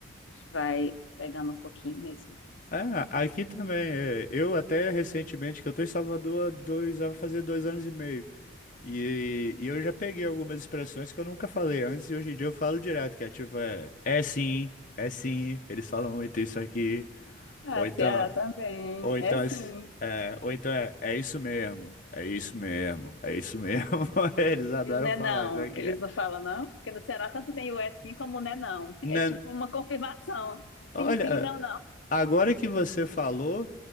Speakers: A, on the left; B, on the left.
A: A gente vai pegando um pouquinho mesmo.
B: Ah, aqui também. é, Eu até recentemente, que eu tô em Salvador há dois, vai fazer dois anos e meio. E, e eu já peguei algumas expressões que eu nunca falei antes e hoje em dia eu falo direto, que é tipo, é, é sim, é sim, eles falam muito isso aqui.
A: Ah,
B: Ou então,
A: Ceará também.
B: ou então,
A: É sim.
B: é, ou então é, é isso mesmo, é isso mesmo, é isso mesmo. <laughs> Eles adoram
A: E o né
B: falar
A: não,
B: isso aqui.
A: eles
B: é.
A: não falam não? Porque no Ceará tanto tem o é sim como o né não.
B: Nan-
A: É tipo uma confirmação.
B: Olha,
A: Sim, sim, não, não.
B: agora que você falou,